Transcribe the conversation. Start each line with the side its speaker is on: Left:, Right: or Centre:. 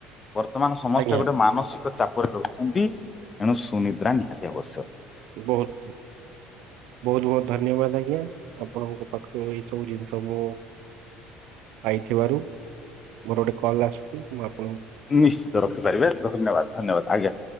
Left: ବର୍ତମାନ ସମସ୍ତେ
Right: ଆଜ୍ଞା
Left: ଗୋଟେ ମାନସିକ ଚାପରେ ରହୁଛନ୍ତି ଏଣୁ ସୁନିଦ୍ରା ନିହାତି ଆବଶ୍ୟକ।
Right: ବହୁତ ବହୁତ ବହୁତ ଧନ୍ୟବାଦ ଆଜ୍ଞା ଆପଣଙ୍କ ପାଖରୁ ଏଇ ସବୁ ଜିନିଷ ମୁଁ ପାଇଥିବାରୁ ମୋର ଗୋଟେ କଲ୍ ଆସିଛି ମୁଁ ଆ
Left: ନିଶ୍ଚିତ ରଖିପାରିବେ ଧନ୍ୟବାଦ ଧନ୍ୟବାଦ ଆଜ୍ଞା।